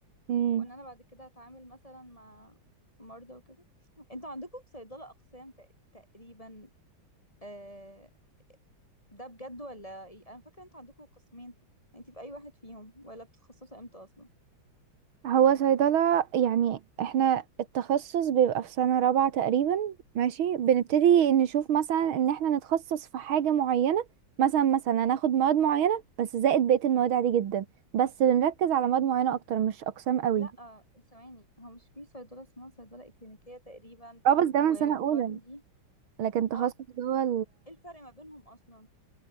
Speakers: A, on the right; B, on the left.
A: مم.
B: وان انا بعد كده هتعامل مثلا مع مرضى وكده انتوا عندكم في صيدلة اقسام تق- تقريبا آه ده بجد ولا ايه انا فاكرة انتوا عندكم قسمين انت في اي واحد فيهم ولا بتتخصصوا امتى اصلا
A: هو صيدلة يعني احنا التخصص بيبقى في سنة رابعة تقريبا ماشي بنبتدي نشوف مثلا ان احنا نتخصص في حاجة معينة مثلا مثلا هناخد مواد معينة بس زائد بقية المواد عادي جدا بس بنركز على مواد معينة اكتر مش اقسام قوي
B: لا ثواني هو مش في صيدلة اسمها صيدلة اكلينيكية تقريبا
A: اه بس ده من
B: وفارم
A: سنة اولى
B: دي
A: لكن تخصص
B: اه
A: جوه
B: ايه الفرق ما بينهم اصلا